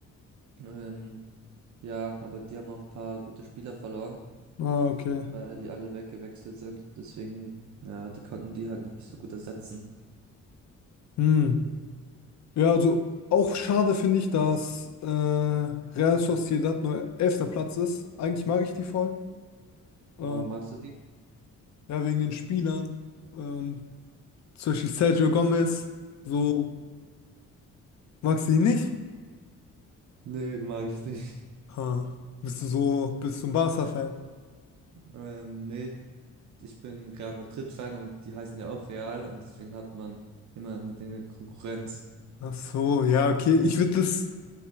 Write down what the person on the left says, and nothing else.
Ah, okay.
Hm. Ja, also auch schade finde ich, dass äh, Real Sociedad nur elfter Platz ist. Eigentlich mag ich die voll. Ähm,
ja, wegen den Spielern. Ähm, zum Beispiel Sergio Gomez. So, magst du ihn nicht?
Ha. Bist du so, bist du ein Barca-Fan?
Ach so, ja, okay. Ich würde das,